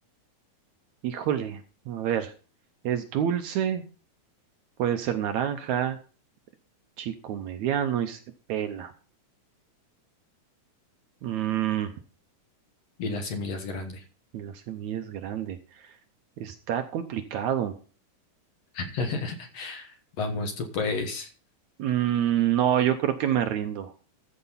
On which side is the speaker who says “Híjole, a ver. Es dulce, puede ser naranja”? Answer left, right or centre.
Right